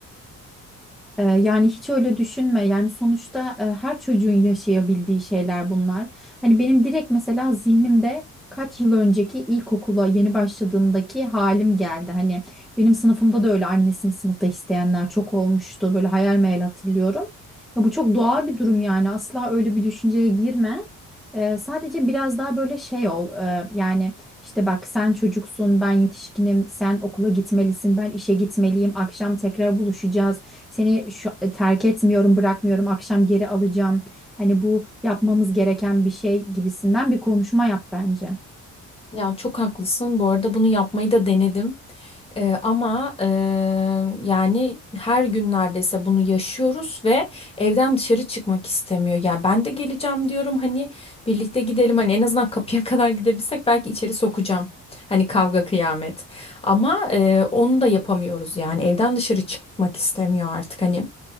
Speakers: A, in the centre; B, on the left.
A: Ee, yani hiç öyle düşünme. Yani sonuçta e, her çocuğun yaşayabildiği şeyler bunlar. Hani benim direkt mesela zihnimde kaç yıl önceki ilkokula yeni başladığımdaki halim geldi. Hani benim sınıfımda da öyle annesini sınıfta isteyenler çok olmuştu. Böyle hayal meyal hatırlıyorum. Ya bu çok doğal bir durum yani. Asla öyle bir düşünceye girme. Ee, sadece biraz daha böyle şey ol. Ee, yani işte bak sen çocuksun, ben yetişkinim, sen okula gitmelisin, ben işe gitmeliyim, akşam tekrar buluşacağız. Seni şu, e, terk etmiyorum, bırakmıyorum, akşam geri alacağım. Hani bu yapmamız gereken bir şey gibisinden bir konuşma yap bence.
B: ya çok haklısın. Bu arada bunu yapmayı da denedim. Eee, ama eee, yani her gün neredeyse bunu yaşıyoruz ve evden dışarı çıkmak istemiyor. Ya ben de geleceğim diyorum hani birlikte gidelim hani en azından kapıya <laughs> kadar gidebilsek belki içeri sokacağım. Hani kavga kıyamet. Ama eee, onu da yapamıyoruz yani evden dışarı çıkmak istemiyor artık hani